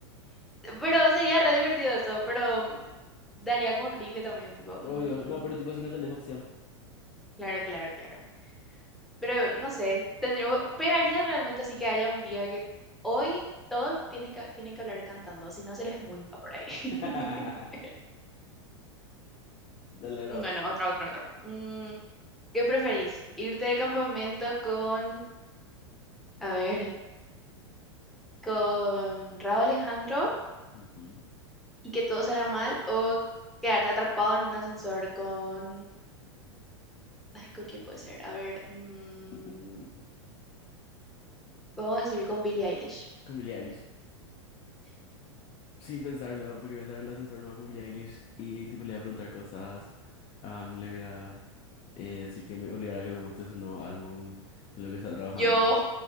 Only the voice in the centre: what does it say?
Pero sería re divertido eso, pero mm, daría como cringe también, tipo, mm,
claro, claro, claro. Pero no sé, tendría, pegaría realmente así que haya un día que hoy todos tienen que, tienen que hablar cantando, si no se les multa por ahí. <laughs>
Bueno,
otro, otro, otro. Mm, ¿qué preferís? ¿Irte de campamento con, a ver, con Rauw Alejandro?
y que todo salga mal o quedarte atrapado en un ascensor con... Ay, ¿con quién puede ser? A ver, mm,
vamos a decir con Billie Eilish.
Yo,